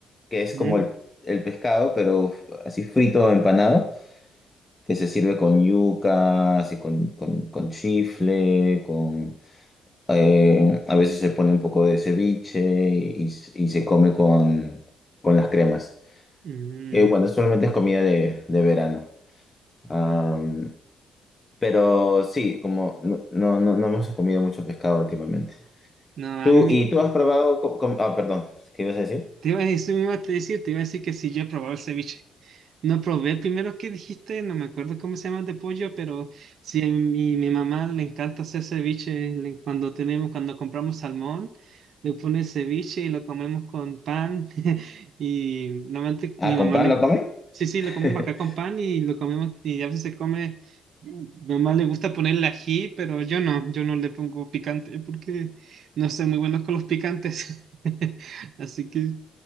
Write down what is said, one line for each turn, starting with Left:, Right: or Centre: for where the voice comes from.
Left: que es
Right: mm,
Left: como el, el pescado, pero así frito, empanado, que se sirve con yuca, así con, con, con chifle, con... eh, a veces se pone un poco de ceviche y, y se come con, con las cremas.
Right: mm.
Left: Eh, bueno, solamente es comida de, de verano. Am, pero sí, como no, no, no no hemos comido mucho pescado últimamente.
Right: No,
Left: Tú,
Right: a mí,
Left: ¿y tú has probado con, con- ah, perdón, ¿qué ibas a decir?
Right: Te iba a decir, me iba a decir, te iba a decir que si yo he probado el ceviche. No probé el primero que dijiste, no me acuerdo cómo se llama el de pollo, pero sí, a mi, mi mamá le encanta hacer ceviche. le- cuando tenemos, cuando compramos salmón, le pone ceviche y lo comemos con pan. <laughs> Y normalmente
Left: Ah,
Right: mi
Left: ¿con
Right: mamá
Left: pan
Right: le,
Left: lo comen?
Right: sí, sí, lo comemos
Left: <laughs>
Right: acá con pan y lo comemos, y a veces se come, mi mamá le gusta ponerle ají, pero yo no, yo no le pongo picante porque no soy muy bueno con los picantes. <laughs> Así que